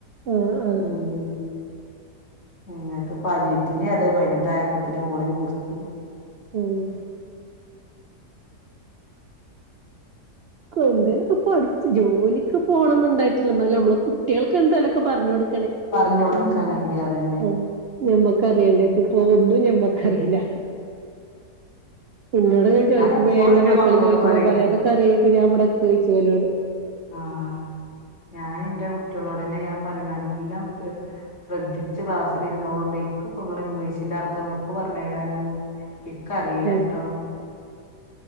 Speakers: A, on the right; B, on the left.
A: ആഹ് ആഹ്
B: ഉം നിങ്ങൾക്ക് പരീട്ടീനെ അതെ പതിനെട്ട് ആയിപ്പേത്തെന്ന് ഓളെയും കൊടുത്തു.
A: ഉം എന്തേലൊക്കെ പഠിച്ചു ജോലിക്ക് പോകണന്നുണ്ടായിട്ടില്ല എന്നാലും നമ്മള് കുട്ടികൾക്ക് എന്തായാലൊക്കെ പറഞ്ഞ് കൊടു
B: പറഞ്ഞു കൊടുക്കണെങ്കി അതെന്നെ.
A: ആഹ് ഞമ്മക്കറിയണ്ടേ ഇതിപ്പോ ഒന്നും ഞമ്മക്കറിയില്ല. ഇന്നോട് എങ്ങാൻ ചോദിക്കുമ്പോ
B: എപ്പോഴും
A: ഞാൻ എന്റെ മക്കള്
B: മക്കളോട്
A: ചോയിച്ചപ്പോ
B: പറയും
A: പറയാ അതൊക്കെ അറിയാ പിന്നെ ഞാൻ ഇപ്പ ഇവടെ നിക്കോ ചോയിച്ച്. <unintelligible>
B: ആഹ് ഞാൻ എന്റെ കുട്ടികളോടന്നെ ഞാൻ പറയും നല്ലാം കേ ശ്രദ്ധിച്ച് ക്ലാസ്സിലിരുന്നോളോണ്ട് എനിക്ക് ഇപ്പ ഇങ്ങളെ ഇംഗ്ലീഷിന്റെ അർത്ഥം ഒന്നും ഇക്ക് പറഞ്ഞു തരാനൊന്നും കറിയില്ലാ
A: ആഹ്
B: ട്ടോ.